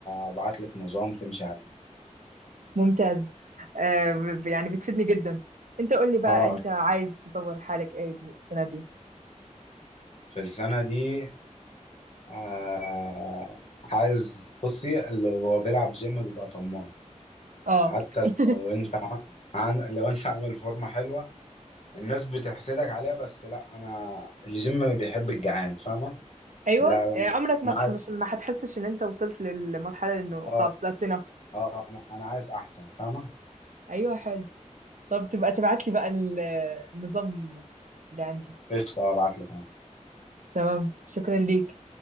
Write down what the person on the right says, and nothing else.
ممتاز آه ب- يعني بتفيدني جدا انت قول لي بقى
انت عايز تطور حالك ايه السنه دي
اه
<laughs>
ايوه
يعني عمرك ما
تحمش
ما هتحسش ان انت وصلت للمرحله انه خلاص
ذاتس enough
ايوه حلو طب تبقى تبعت لي بقى ال- النظام اللي عندك
تمام شكرا ليك